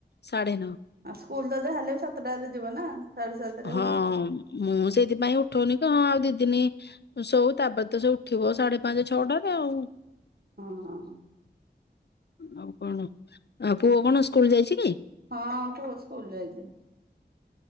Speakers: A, on the left (about 70°); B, on the right (about 60°).
A: ସାଢ଼େ ନଅ।
B: ଆଉ ସ୍କୁଲ ତ ଯାହା ହେଲେ ବି ସାତଟାରେ ଯିବ ନା। ସାଢେ ସାତଟାରେ
A: ହଁ
B: ହଉ
A: ମୁଁ ସେଇଥିପାଇଁ ଉଠଉନି। ହଁ ଆଉ ଦି ଦିନି ଶୋଉ ତାପରେ ତ ସେ ଉଠିବ ସାଢେ ପାଞ୍ଚ ଛଅଟାରେ ଆଉ।
B: ହଁ।
A: ଆଉ କଣ ଆଉ ପୁଅ କଣ ସ୍କୁଲ ଯାଇଛି କି?
B: ହଁ ପୁଅ ସ୍କୁଲ ଯାଇଛି।